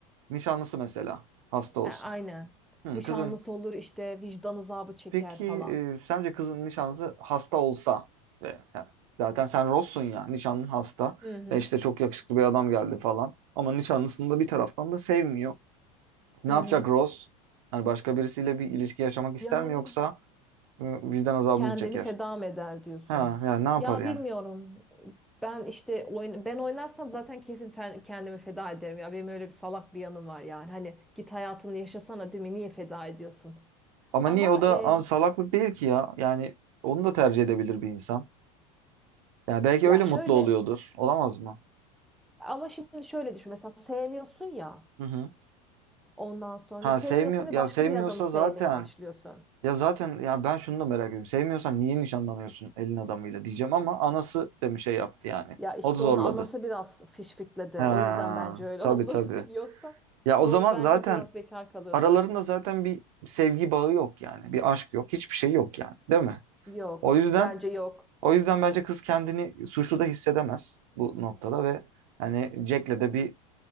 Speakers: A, on the right; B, in the centre.
A: Nişanlısı mesela hasta olsun.
B: He, aynen.
A: Hı,
B: Nişanlısı
A: kızın
B: olur işte vicdan azabı çeker
A: peki
B: falan.
A: e, sence kızın nişanlısı hasta olsa ve ha, zaten sen Ross'sun ya nişanlın hasta
B: Hı hı.
A: ve işte çok yakışıklı bir adam geldi falan. Ama nişanlısını da bir taraftan da sevmiyor. Ne
B: Hı
A: yapacak
B: hı.
A: Ross? Hani başka birisiyle bir ilişki yaşamak ister
B: Yani
A: mi yoksa e, vicdan azabı
B: kendini
A: mı çeker?
B: feda mı eder diyorsun.
A: Ha yani ne yapar
B: Ya
A: yani?
B: bilmiyorum. Ben işte oyn ben oynarsam zaten kesin fe- kendimi feda ederim ya. Benim öyle bir salak bir yanım var yani. Hani git hayatını yaşasana değil mi? Niye feda ediyorsun?
A: Ama
B: Ama
A: niye o da
B: e,
A: ama salaklık değil ki ya. Yani onu da tercih edebilir bir insan. Yani belki
B: ya
A: öyle
B: şöyle
A: mutlu oluyordur. Olamaz mı?
B: ama şimdi şöyle düşün. Mesela sevmiyorsun ya.
A: Hı hı.
B: Ondan sonra
A: Ha
B: sevmiyorsun
A: sevmiyor
B: ve
A: ya
B: başka
A: sevmiyorsa
B: bir adamı sevmeye
A: zaten
B: başlıyorsun.
A: ya zaten ya ben şunu da merak ediyorum. Sevmiyorsan niye nişanlanıyorsun elin adamıyla diyeceğim ama anası da bir şey yaptı yani.
B: Ya işte
A: O da zorladı.
B: onu anası biraz fişfikledi.
A: Ha
B: O yüzden bence öyle
A: tabii
B: oldu.
A: tabii.
B: <laughs> Yoksa
A: Ya o
B: Rose
A: zaman
B: bence
A: zaten
B: biraz bekar kalırdı.
A: aralarında zaten bir sevgi bağı yok yani. Bir aşk yok. Hiçbir şey yok yani. Değil mi?
B: Yok.
A: O yüzden
B: Bence yok.
A: O yüzden bence kız kendini suçlu da hissedemez bu noktada ve hani Jack'le de bir